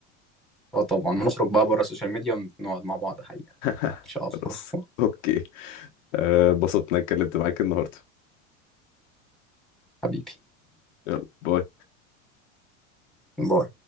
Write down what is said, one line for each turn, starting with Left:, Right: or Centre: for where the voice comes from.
Centre: اه طبعا ونخرج بقى بره السوشيال ميديا ونقعد مع بعض حقيقة
Left: <laughs>
Centre: ان شاء الله
Left: خلاص اوكي أه، اتبسطت اني اتكلمت معاك النهارده
Centre: <laughs> حبيبي
Left: يلا باي
Centre: باي